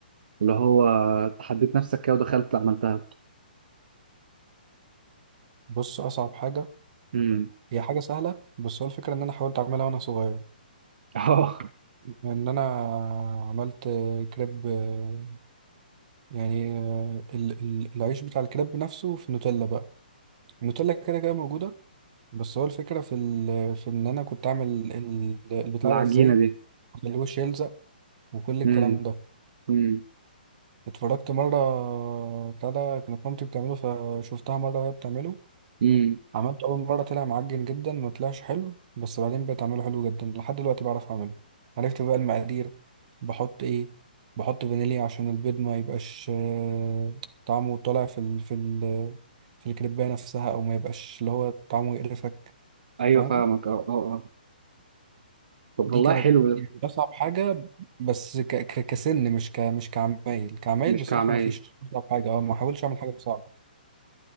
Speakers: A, on the right; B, on the right.
A: اللي هو حددت نفسك كده ودخلت عملتها
B: بص اصعب حاجه
A: امم
B: هي حاجه سهله بس هو الفكره ان انا حاولت اعملها وانا صغير
A: <laughs> اه
B: ان انا عملت كريب آه، يعني آه، ال- ال- العيش بتاع الكريب نفسه في نوتيلا بقى النوتيلا كده كده موجوده بس هو الفكره في ال... في ان انا كنت اعمل ال- البتاع
A: العجينه
B: ده ازاي
A: دي
B: اخليه وش يلزق وكل الكلام
A: امم
B: ده
A: امم
B: اتفرجت مرة بتاع ده كانت مامتي بتعمله فشفتها مرة وهي بتعمله
A: امم
B: عملته أول مرة طلع معجن جدا ما طلعش حلو بس بعدين بقيت أعمله حلو جدا لحد دلوقتي بعرف أعمله عرفت بقى المقادير بحط إيه بحط فانيليا عشان البيض ما يبقاش آه، طعمه طالع في ال في ال في الكريباية نفسها أو ما يبقاش اللي هو طعمه يقرفك
A: ايوه
B: فاهم
A: فاهمك اه اه اه طب
B: دي
A: والله
B: كانت
A: حلو ده
B: يعني أصعب حاجة بس ك... ك... كسن مش ك... مش كعمايل كعمايل
A: مش
B: بصراحة
A: كعمايل
B: ما فيش أصعب حاجة أه ما حاولش أعمل حاجة صعبة